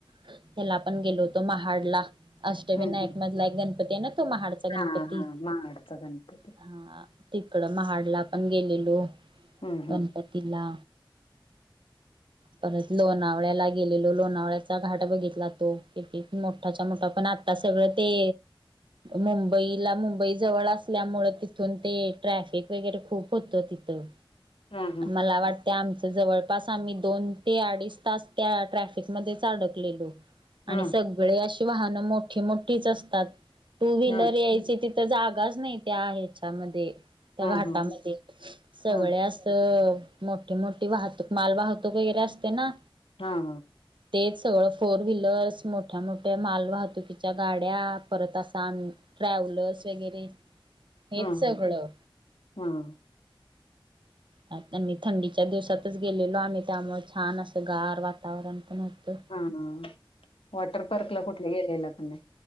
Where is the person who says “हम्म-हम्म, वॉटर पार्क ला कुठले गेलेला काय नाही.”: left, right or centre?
Left